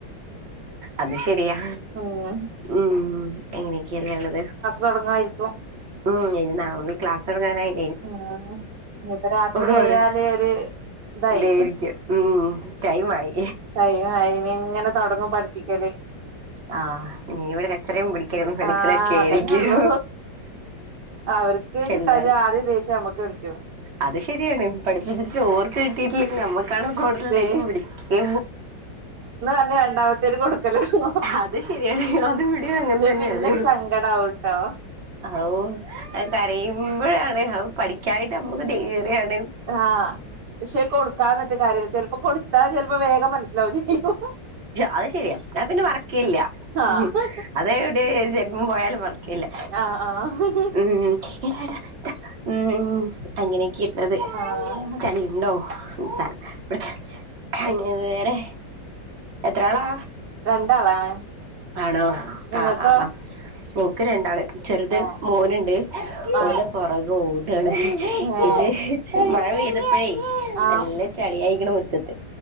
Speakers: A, on the right (about 40°); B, on the right (about 60°).
A: അത് ശരിയാ.
B: ഉം
A: ഉം എങ്ങനെയൊക്കെല്ലേ ഉള്ളത്.
B: തുടങ്ങായിരിക്കും.
A: ഉം ഇനി നാളമുതൽ ക്ലാസ് തൊടങ്ങാനായി.
B: ഉ ഇഞ്ഞിപ്പ രാത്രി
A: ഓര്
B: ആയാല് ഒരു ഇതായി.
A: ഇതായിരിക്കും ഉം ടൈം ആയി.
B: ടൈം ആയിയിനി ഇങ്ങനെ തുടങ്ങും പഠിപ്പിക്കല്.
A: ആഹ്‌ ഇനീ ഇവിടെ കച്ചറയും പിടിക്കലും എടുക്കലൊക്കെ
B: ആഹ്
A: ആയിരിക്കും
B: അതന്നെ ഉള്ളൂ അവർക്ക് കിട്ടാഞ്ഞാൽ
A: എല്ലാടും
B: ആദ്യം ദേഷ്യംനമുക്ക് പിടിക്കും.
A: അത് ശരിയാണ് പഠിപ്പിച്ചിട്ട് ഓർക്ക് കിട്ടിട്ടില്ലെങ്കിൽ നമ്മക്കാണ് കൂടുതൽ
B: ദേ
A: ദേഷ്യം പിടിക്ക
B: രണ്ടാമത്തേര് കൊടുക്കലോല്ലു
A: അത് ശെരിയാണ് അത് ഇവിടെ അങ്ങനെ തന്നെണ്.
B: പിന്നൊരു സങ്കടാവുട്ടോ
A: ആവൂ അഹ്‌ കരയുമ്പോഴാണ് അവ് പഠിക്കായിട്ട് മ്മക്ക് ദേ ഇറെയാണ്.
B: ആഹ്‌ പക്ഷെ കൊടുക്കാത്തിരിന്നിട്ട് കാര്യല്ല്യ ചിലപ്പോ കൊടുത്താ ചിലപ്പോ വേഗം മനസ്സിലാവും ചെയ്യും ഉം
A: അത് ശെരിയാ ഞാൻ പിന്നെ മറക്കെല്യ
B: ആഹ്
A: ഉമ്മ് അത് ഇവിടെ ജന്മം പോയാലും മറക്ക ഇല്ല
B: ആഹ്
A: ഉം എടാ എടാ ടാ ഉം അങ്ങനെയൊക്കെ ഇള്ളത്.
B: ആഹ്
A: ചളിയുണ്ടോ ഉം ചളി ഇവിടെ അങ്ങനെ വേറെ എത്ര ആളാ
B: രണ്ടാളാണ്
A: ആണോ
B: നിങ്ങൾക്കോ
A: ആഹ് ആഹ്‌ ആഹ്‌. ഓക്ക് രണ്ടാള് ചെറുത്
B: ആഹ്
A: മോനുണ്ട്
B: ആഹ്
A: ഓന് പുറകേ ഓടാണ്.
B: ഏഹ്
A: ഇത് ഹേ മഴ പെയ്തപ്പോഴേ
B: ആഹ്
A: നല്ല ചളി ആയിരിക്കണ മുറ്റത്ത്.